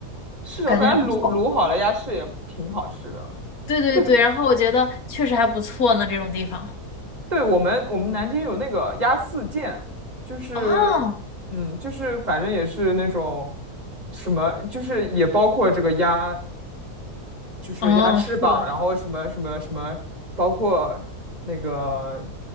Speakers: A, on the right; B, on the left.
A: 是的，
B: 感觉还不错。
A: 我感觉卤卤好了鸭翅也挺好吃的。
B: 对对对，
A: 这个
B: 然后我觉得确实还不错呢，这种地方。
A: 对我们我们南京有那个鸭四件，就是嗯，
B: 哦
A: 就是反正也是那种什么，就是也包括这个鸭就是鸭翅膀，
B: 哦，是的，
A: 然后什么什么什么，包括那个，